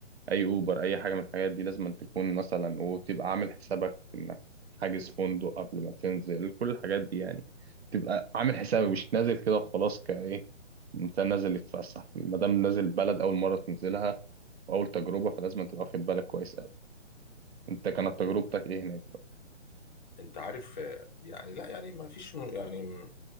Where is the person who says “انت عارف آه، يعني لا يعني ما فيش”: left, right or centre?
Left